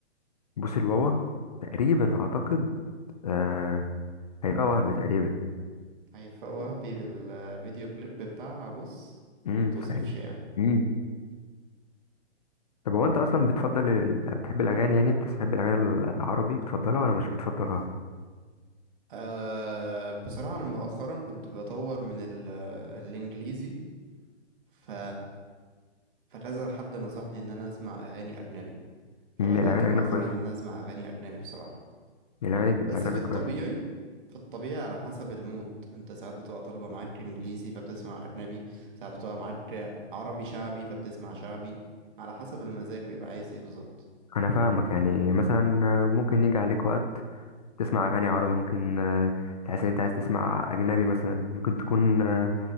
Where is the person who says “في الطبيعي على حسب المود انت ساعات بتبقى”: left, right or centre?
Right